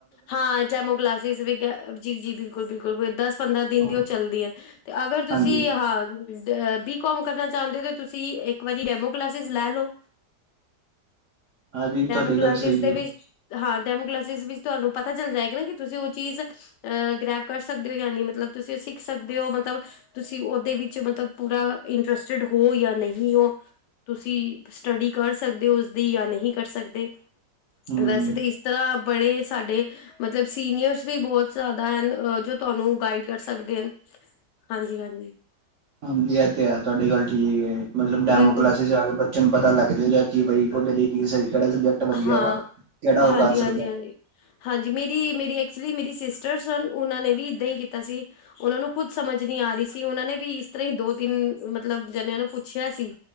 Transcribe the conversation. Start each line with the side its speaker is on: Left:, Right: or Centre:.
Left: ਹਾਂ ਡੇਮੋ ਕਲਾਸਿਸ ਵੀ ਜੀ ਜੀ ਬਿਲਕੁਲ ਬਿਲਕੁਲ ਦਸ ਪੰਦਰਾਂ ਦਿਨ
Right: ਹਾਂ
Left: ਦੀ ਉਹ ਚੱਲਦੀ ਹੈ ਤੇ ਅਗਰ ਤੁਸੀਂ,
Right: ਹਾਂਜੀ
Left: ਹਾਂ ਅ ਬੀਕੋਮ ਕਰਨਾ ਚਾਹੁੰਦੇ ਹੋ, ਤੇ ਤੁਸੀਂ ਇੱਕ ਵਾਰੀ ਡੈਮੋ ਕਲਾਸਿਸ ਲੈ ਲਓ
Right: ਹਾਂ ਵੀ
Left: ਡੈਮੋ
Right: ਤੁਹਾਡੀ
Left: ਕਲਾਸਿਸ
Right: ਗੱਲ ਸਹੀ
Left: ਦੇ
Right: ਹੈ
Left: ਵਿੱਚ, ਹਾਂ ਡੈਮੋ ਕਲਾਸਿਸ ਵਿੱਚ ਤੁਹਾਨੂੰ ਪਤਾ ਚੱਲ ਜਾਏਗਾ ਨਾ ਕਿ ਤੁਸੀਂ ਉਹ ਚੀਜ਼ ਅਹ ਗ੍ਰੈਬ ਕਰ ਸਕਦੇ ਹੋ, ਯਾਨੀ ਮਤਲਬ ਤੁਸੀਂ ਉਹ ਸਿੱਖ ਸਕਦੇ ਹੋ ਮਤਲਬ ਤੁਸੀਂ ਓਦੇ ਵਿੱਚ ਮਤਲਬ ਪੂਰਾ ਇੰਟਰਸਟਿਡ ਹੋ ਯਾ ਨਹੀਂ ਹੋ ਤੁਸੀਂ ਸਟਡੀ ਕਰ ਸਕਦੇ ਹੋ ਉਸਦੀ, ਯਾ ਨਹੀਂ ਕਰ ਸਕਦੇ
Right: ਹੂੰ
Left: ਵੈਸੇ ਤੇ ਇਸ ਤਰ੍ਹਾਂ ਬੜੇ ਸਾਡੇ ਮਤਲਬ ਸੀਨੀਰਸ ਵੀ ਬੋਹਤ ਜ਼ਿਆਦਾ ਹਨ, ਜੋ ਤੁਹਾਨੂ ਗਾਈਡ ਕਰ ਸਕਦੇ ਹਨ ਹਾਂਜੀ ਹਾਂਜੀ
Right: ਹਾਂਜੀ ਇਹ ਤੇ ਹੈ ਤੁਹਾਡੀ ਗੱਲ ਠੀਕ ਹੈ, ਮਤਲਬ ਡੈਮੋ
Left: ਬਿਲਕੁਲ
Right: ਕਲਾਸਿਸ ਚ ਆਕੇ ਬੱਚਿਆਂ ਨੂੰ ਪਤਾ ਲੱਗ ਜਾਏਗਾ, ਕਿ ਬਈ ਉਹਦੇ ਲਈ ਕੀ ਸਹੀ ਵਧੀਆ
Left: ਹਾਂ
Right: ਵਾ ਕਿਹੜਾ ਉਹ
Left: ਹਾਂਜੀ
Right: ਕਰ
Left: ਹਾਂਜੀ
Right: ਸਕਦਾ
Left: ਹਾਂਜੀ ਹਾਂਜੀ ਮੇਰੀ ਮੇਰੀ ਐਕਚੁਲੀ ਮੇਰੀ ਸਿਸਟਰ ਸਨ ਉਹਨਾਂ ਨੇ ਵੀ ਇੱਦਾਂ ਹੀ ਕੀਤਾ ਸੀ ਉਹਨਾਂ ਨੂੰ ਖੁਦ ਸਮਝ ਨੀ ਆ ਰਹੀ ਸੀ, ਉਹਨਾਂ ਨੇ ਵੀ ਇਸ ਤਰ੍ਹਾਂ ਹੀ ਦੋ ਤਿੰਨ ਮਤਲਬ ਜਣਿਆਂ ਨੂੰ ਪੁੱਛਿਆ ਸੀ